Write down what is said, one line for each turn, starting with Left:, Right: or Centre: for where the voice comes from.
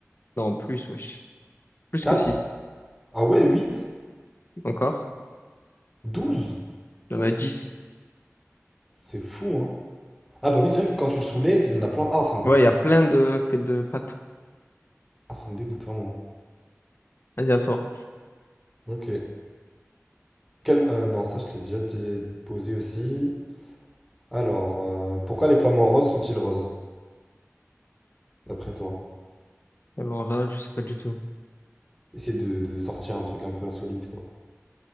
Left: Non, plus, wesh. Plus
Centre: 4.
Left: que 6.
Centre: Ah ouais, 8.
Left: Encore?
Centre: 12.
Left: Il y en a 10.
Centre: C'est fou, hein. Ah bah oui, c'est vrai que quand tu le soulèves, il y en a plein. Ah, ça me dégoûte.
Left: Ouais, il y a plein de, de pattes.
Centre: Ah, ça me dégoûte vraiment.
Left: Vas-y, à toi.
Centre: Ok. Quel... euh, non, ça, je te l'ai déjà dit- posé aussi. Alors, euh, pourquoi les flamants roses sont-ils roses, d'après toi?
Left: Alors là, je sais pas du tout.
Centre: Essayer de, de sortir un truc un peu insolite, quoi.